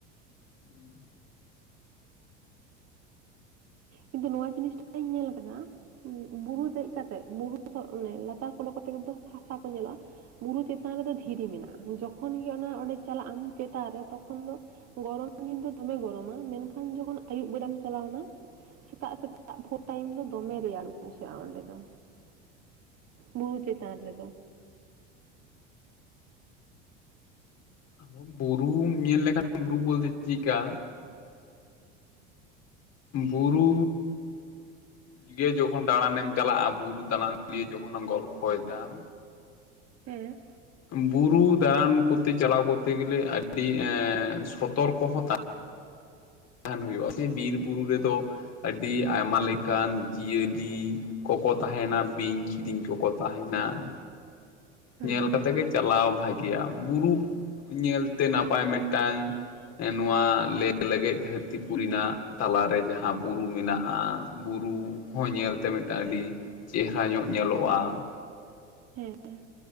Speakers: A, on the left; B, on the right.
A: ᱦᱩᱸ᱾
B: ᱤᱧ ᱫᱚ ᱱᱚᱣᱟ ᱡᱤᱱᱤᱥᱴᱟᱧ ᱧᱮᱞ ᱟᱠᱟᱫᱟ ᱩᱸ ᱵᱩᱨᱩ ᱫᱮᱡ ᱠᱟᱛᱮᱜ ᱵᱩᱨᱩ ᱢᱟᱱᱮ ᱞᱟᱛᱟᱨ ᱠᱚᱫᱚ ᱠᱟᱛᱮ ᱠᱚᱫᱚ ᱦᱟᱥᱟ ᱠᱚ ᱧᱮᱞᱚᱜᱼᱟ, ᱵᱩᱨᱩ ᱪᱮᱛᱟᱱ ᱨᱮᱫᱚ ᱫᱷᱤᱨᱤ ᱢᱮᱱᱟᱜᱼᱟ ᱡᱚᱠᱷᱚᱱ ᱜᱮ ᱚᱱᱟ ᱚᱸᱰᱮ ᱪᱟᱞᱟᱜ ᱟᱢ ᱪᱮᱛᱟᱱ ᱨᱮ ᱛᱚᱠᱷᱚᱱ ᱫᱚ, ᱜᱚᱨᱚᱢ ᱫᱤᱱ ᱫᱚ ᱫᱚᱢᱮ ᱜᱚᱨᱚᱢᱟ ᱢᱮᱱᱠᱷᱟᱱ ᱡᱚᱠᱷᱚᱱ ᱟᱹᱭᱩᱵ ᱵᱮᱲᱟᱢ ᱪᱟᱞᱟᱣᱮᱱᱟ, ᱥᱮᱛᱟᱜ ᱥᱮᱛᱟᱜ ᱵᱷᱳᱨ ᱴᱟᱭᱤᱢ ᱫᱚ ᱫᱚᱢᱮ ᱨᱮᱭᱟᱲ ᱵᱩᱡᱷᱟᱹᱜᱼᱟ ᱚᱸᱰᱮ ᱫᱚ᱾ ᱵᱩᱨᱩ ᱪᱮᱛᱟᱱ ᱨᱮᱫᱚ᱾
A: ᱦᱚᱸᱢ ᱵᱩᱨᱩ ᱠᱩᱢ ᱧᱮᱞ ᱞᱮᱠᱷᱟᱱ ᱵᱩᱨᱩ ᱵᱚᱞᱛᱮ ᱪᱮᱫᱠᱟ ᱵᱩᱨᱩᱻ ᱜᱮ ᱡᱚᱠᱷᱚᱱ ᱫᱟᱬᱟᱱᱮᱢ ᱪᱟᱞᱟᱜᱼᱟ ᱵᱩᱨᱩ ᱫᱟᱬᱟᱱ ᱞᱤᱭᱮ ᱡᱚᱠᱷᱚᱱᱮᱢ ᱜᱚᱞᱯᱷᱚᱭᱮᱫᱟᱢ
B: ᱦᱮᱸ᱾
A: ᱵᱩᱨᱩ ᱫᱟᱬᱟᱱ ᱠᱚᱛᱮ ᱪᱟᱞᱟᱣ ᱠᱚᱨᱛᱮ ᱜᱮᱞᱮ ᱟᱹᱰᱤ ᱮᱸᱻ ᱥᱚᱛᱚᱨᱠᱚ ᱦᱚᱸ ᱛᱟ ᱛᱟᱦᱮᱸᱱ ᱦᱩᱭᱩᱜᱼᱟ ᱥᱮ ᱵᱤᱨ ᱵᱩᱨᱩ ᱨᱮᱫᱚ ᱟᱹᱰᱤ ᱟᱭᱢᱟ ᱞᱮᱠᱟᱱ ᱡᱤᱭᱟᱹᱞᱤ ᱠᱚᱠᱚ ᱛᱟᱦᱮᱸᱱᱟ ᱵᱤᱧ, ᱠᱤᱫᱤᱧ ᱠᱚᱠᱚ ᱛᱟᱦᱮᱱᱟ ᱾
B: ᱦᱮᱸ
A: ᱧᱮᱞ ᱠᱟᱛᱮᱜ ᱜᱮ ᱪᱟᱞᱟᱣ ᱵᱷᱟᱹᱜᱤᱭᱟ ᱵᱩᱨᱩ ᱧᱮᱞᱛᱮ ᱱᱟᱯᱟᱭ ᱢᱤᱫᱴᱟᱝ ᱱᱚᱣᱟ ᱞᱮᱟᱹᱭ ᱞᱟᱹᱜᱤᱫ ᱫᱷᱟᱹᱨᱛᱤ ᱯᱩᱨᱩᱨᱤᱱᱟᱜ ᱛᱟᱞᱟᱨᱮ ᱡᱟᱦᱟᱸ ᱵᱩᱨᱩ ᱢᱮᱱᱟᱜᱼᱟ ᱵᱩᱨᱩ ᱦᱚᱸ ᱧᱮᱞᱛᱮ ᱢᱤᱫᱴᱟᱝ ᱟᱹᱰᱤ ᱪᱮᱦᱨᱟ ᱧᱚᱜ ᱧᱮᱞᱚᱜᱼᱟ ᱾
B: ᱦᱮᱸᱮᱸ ᱾